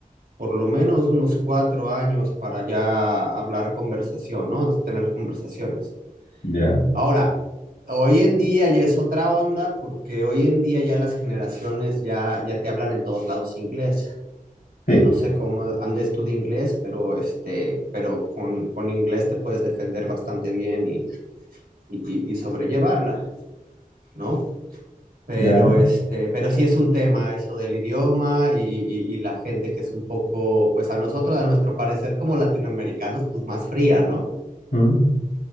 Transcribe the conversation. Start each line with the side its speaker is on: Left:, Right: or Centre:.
Right: por lo menos unos cuatro años para ya hablar conversación, ¿no? Tener conversaciones.
Left: Ya.
Right: Ahora, hoy en día ya es otra onda porque hoy en día ya las generaciones ya, ya te hablan en todos lados inglés
Left: Sí,
Right: no sé cómo andes tú de inglés, pero este, pero con, con inglés te puedes defender bastante bien y, y, y- y sobrellevarla, ¿no? Pero
Left: ya.
Right: este, pero sí es un tema eso del idioma y, y- y la gente que es un poco, pues a nosotros, a nuestro parecer como latinoamericanos, pues más fría, ¿no?
Left: Mm.